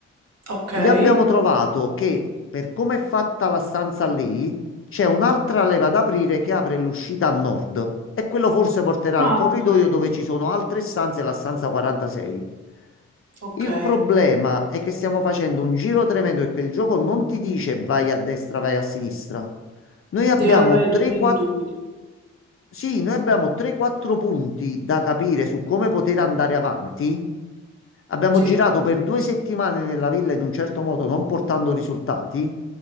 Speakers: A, on the right (about 60°); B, on the left (about 45°).
A: okay.
B: Lì abbiamo trovato che per come è fatta la stanza lì, c'è un'altra leva da aprire che apre l'uscita a nord e quello forse porterà
A: Ah,
B: al corridoio
A: okay,
B: dove ci sono altre stanze, la stanza 46.
A: okay.
B: Il problema è che stiamo facendo un giro tremendo e che il gioco non ti dice vai a destra, vai a sinistra. Noi
A: Devi andare
B: abbiamo
A: tu in
B: 3-4,
A: intuito.
B: sì, noi abbiamo 3-4 punti da capire su come poter andare avanti. Abbiamo
A: Sì,
B: girato per due settimane nella villa in un certo modo, non portando risultati.